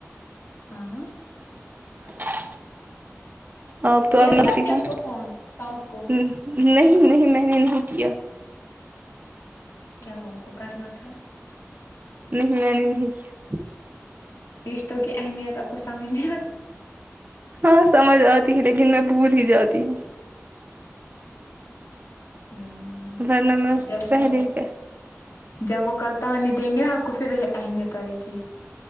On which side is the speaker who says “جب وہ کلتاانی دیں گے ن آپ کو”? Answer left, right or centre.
Left